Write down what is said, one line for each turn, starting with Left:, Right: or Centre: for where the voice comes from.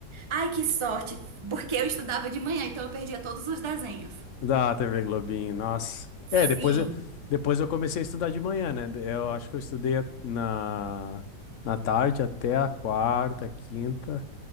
Right: Ai, que sorte, porque eu estudava de manhã, então eu perdia todos os desenhos.
Left: da TV Globinho, nossa.
Right: Sim.
Left: É, depois eu, depois eu comecei a estudar de manhã, né? Eu acho que eu estudei na, na tarde até a quarta, quinta.